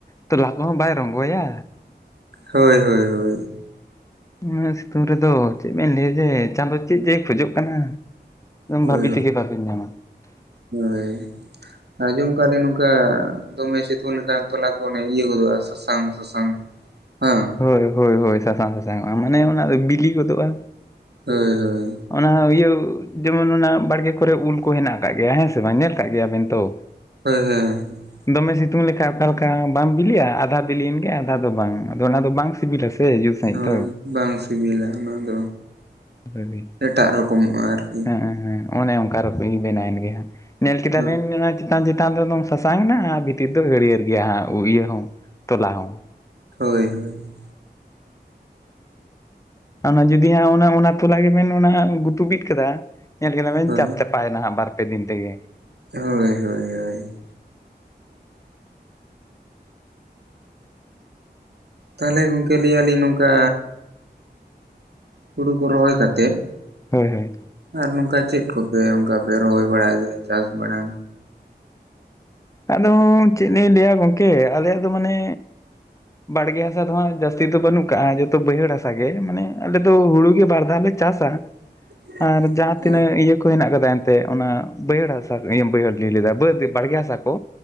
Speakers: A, on the left; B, on the right.
A: ᱛᱚᱞᱟ ᱠᱚᱦᱚᱸ ᱵᱟᱭ ᱨᱚᱝᱜᱚᱭᱟ᱾
B: ᱦᱳᱭ ᱦᱳᱭ ᱦᱳᱭ
A: ᱩᱱᱟᱹᱜ ᱥᱤᱛᱩᱝ ᱨᱮᱫᱚ ᱪᱮᱫ ᱵᱮᱱ ᱞᱟᱹᱭᱟ ᱡᱮ ᱪᱟᱸᱫᱚᱳ ᱪᱮᱫ ᱪᱮ ᱠᱷᱚᱡᱚᱜ ᱠᱟᱱᱟ᱾
B: ᱦᱳᱭ
A: ᱵᱷᱟᱵᱤ ᱛᱮᱜᱮ ᱵᱟᱵᱮᱱ ᱧᱟᱢᱟ᱾
B: ᱦᱳᱭ ᱟᱸᱡᱚᱢ ᱠᱟᱞᱤᱧ ᱱᱚᱝᱠᱟ ᱫᱚᱢᱮ ᱥᱤᱛᱩᱝ ᱛᱚᱞᱟ ᱠᱚ ᱤᱭᱟᱹ ᱜᱚᱫᱚᱜᱼᱟ᱾ ᱥᱟᱥᱟᱝ ᱥᱟᱥᱟᱝ ᱦᱮᱸ᱾
A: ᱦᱳᱭ ᱦᱳᱭ ᱦᱳᱭ ᱥᱟᱥᱟᱝ ᱥᱟᱥᱟᱝ ᱢᱟᱱᱮ ᱚᱱᱟ ᱵᱤᱞᱤ ᱜᱚᱫᱚᱜᱼᱟ᱾
B: ᱦᱳᱭ ᱦᱳᱭ
A: ᱚᱱᱟ ᱤᱭᱟᱹ ᱡᱮᱢᱚᱱ ᱚᱱᱟ ᱵᱟᱲᱜᱮ ᱠᱚᱨᱮ ᱩᱞ ᱠᱚ ᱦᱮᱱᱟᱜ ᱟᱠᱟᱫ ᱜᱮᱭᱟ ᱦᱮᱸ ᱥᱮ ᱵᱟᱝ ᱧᱮᱞ ᱠᱟᱜ ᱜᱮᱭᱟᱵᱮᱱ ᱛᱚ᱾
B: <unintelligible>
A: ᱫᱚᱢᱮ ᱥᱤᱛᱩᱝ ᱞᱮᱠᱟ ᱚᱠᱟ ᱞᱮᱠᱟ ᱵᱟᱢ ᱵᱤᱞᱤᱜᱼᱟ ᱟᱫᱷᱟ ᱵᱤᱞᱤᱭᱮᱱ ᱜᱮ ᱟᱫᱷᱟ ᱫᱚ ᱵᱟᱝ ᱟᱫᱚ ᱚᱱᱟ ᱫᱚ ᱵᱟᱝ ᱥᱤᱵᱤᱞᱟ᱾ ᱥᱮ ᱡᱩᱛ ᱥᱟᱺᱦᱤᱡ
B: ᱦᱳᱭ
A: ᱫᱚ
B: ᱵᱟᱝ ᱥᱤᱵᱤᱞᱟ ᱚᱱᱟ ᱫᱚ
A: ᱦᱳᱭ
B: ᱮᱴᱟᱜ ᱨᱚᱠᱚᱢᱚᱜᱼᱟ ᱟᱨᱠᱤ᱾
A: ᱦᱮᱸ ᱦᱮᱸ ᱚᱱᱮ ᱚᱱᱠᱟ ᱨᱩᱯ ᱵᱮᱱᱟᱣᱮᱱ ᱜᱮ ᱦᱟᱜ ᱧᱮᱞ ᱠᱮᱫᱟ
B: ᱦᱳᱭ
A: ᱵᱮᱱ᱾ ᱪᱮᱛᱟᱱ ᱪᱮᱛᱟᱱ ᱨᱮᱫᱚᱢ ᱥᱟᱥᱟᱝ ᱮᱱᱟ ᱵᱷᱤᱛᱤᱨ ᱫᱚ ᱦᱟᱹᱨᱭᱟᱹᱲ ᱜᱮᱭᱟ ᱦᱟᱸᱜ ᱤᱭᱟᱹ ᱦᱚᱸ ᱛᱚᱞᱟ ᱦᱚᱸ᱾
B: ᱦᱳᱭ ᱦᱳᱭ
A: ᱚᱱᱟ ᱡᱩᱫᱤ ᱚᱱᱟ ᱚᱱᱟ ᱛᱚᱞᱟ ᱜᱮᱵᱮᱱ ᱚᱱᱟ ᱜᱩᱛᱩ ᱵᱤᱫ ᱠᱮᱫᱟ ᱧᱮᱞ ᱠᱮᱫᱟ ᱵᱮᱱ
B: ᱦᱳᱭ
A: ᱪᱟᱯ ᱪᱟᱯ᱾ ᱯᱟᱭᱱᱟ ᱵᱟᱨ ᱯᱮ ᱫᱤᱱ ᱛᱮᱜᱮ᱾
B: ᱦᱳᱭ ᱦᱳᱭ ᱦᱳᱭ᱾ ᱛᱟᱦᱚᱞᱮ ᱜᱚᱝᱠᱮ ᱞᱟᱹᱭ ᱟᱹᱞᱤᱧ ᱱᱚᱝᱠᱟ᱾ ᱦᱩᱲᱳ ᱠᱚ ᱨᱚᱦᱚᱭ ᱠᱟᱛᱮᱫ
A: ᱦᱳ ᱦᱳᱭ,
B: ᱟᱨ ᱱᱚᱝᱠᱟ ᱪᱮᱫ ᱠᱚᱯᱮ ᱚᱱᱠᱟ ᱯᱮ ᱨᱚᱦᱚᱭ ᱵᱟᱲᱟᱭ ᱜᱮᱭᱟ ᱪᱟᱥ ᱵᱟᱲᱟ?
A: ᱟᱫᱚ ᱪᱮᱫ ᱞᱤᱧ ᱞᱟᱹᱭᱟ ᱜᱚᱝᱠᱮ ᱟᱞᱮᱭᱟᱜ ᱫᱚ ᱢᱟᱱᱮ ᱵᱟᱲᱜᱮ ᱦᱟᱥᱟ ᱫᱚ ᱦᱟᱸᱜ ᱡᱟᱹᱥᱛᱤ ᱫᱚ ᱵᱟᱹᱱᱩᱜ ᱠᱟᱜᱼᱟ ᱡᱚᱛᱚ ᱵᱟᱹᱭᱦᱟᱹᱲ ᱦᱟᱥᱟ ᱜᱮ ᱢᱟᱱᱮ ᱟᱞᱮ ᱫᱚ ᱦᱩᱲᱩ ᱜᱮ ᱵᱟᱨ ᱫᱷᱟᱣ ᱞᱮ ᱪᱟᱥᱟ ᱾
B: <inaudible>
A: ᱟᱨ ᱡᱟᱦᱟᱸ
B: ᱦᱩᱸ
A: ᱛᱤᱱᱟᱹᱜ ᱤᱭᱟᱹ ᱠᱚ ᱦᱮᱱᱟᱜ ᱠᱟᱫᱟ ᱾ ᱛᱮ ᱚᱱᱟ ᱵᱟᱹᱭᱦᱟᱹᱲ ᱦᱟᱥᱟ ᱵᱟᱹᱭᱦᱟᱹᱲ ᱞᱟᱹᱭ ᱞᱮᱫᱟ ᱵᱟᱹᱫᱽ ᱵᱟᱲᱜᱮ ᱦᱟᱥᱟ ᱠᱚ